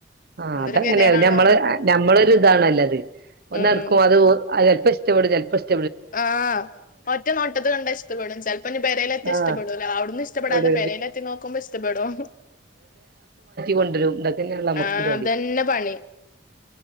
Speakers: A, on the right; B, on the left.
A: ആ
B: എന്തൊരു
A: അതങ്ങനെയ
B: ഗതികേടാണോ
A: മ്മള് ഞമ്മളൊരു ഇതാണല്ലോ അത് ഒന്നെട്ക്കും
B: ഉം
A: അത് അത് <unintelligible> <unintelligible> ചെലപ്പോ ഇഷ്ട്
B: ആ ഒറ്റ നോട്ടത്ത് കണ്ട ഇഷ്ടപടും ചെലപ്പോ ഇഞ് പേരയിലെത്തി
A: ആഹ്
B: ഇഷ്ടപ്പെടൂല അവിടന്ന് ഇഷ്ടപ്പെടാത്തെ
A: ഇവിടെ
B: പേരയില് എത്തി നോക്കുമ്പോ ഇഷ്ടപ്പെടും.
A: കൊണ്ടെരും ഇതൊക്കെതന്നെയാണല്ലാ നമ്മക്ക്
B: ആഹ്
A: ചോലി.
B: അതന്നെ പണി